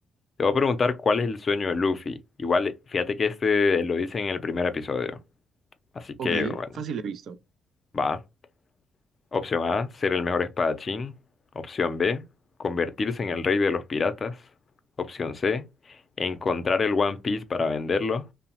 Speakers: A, on the left; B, on the right.
A: Te voy a preguntar cuál es el sueño de Luffy. Igual, fíjate que este lo dice en el primer episodio. Así que,
B: Ok,
A: bueno,
B: fácil he visto.
A: va. Opción A, ser el mejor espadachín. Opción B, convertirse en el rey de los piratas. Opción C, encontrar el One Piece para venderlo.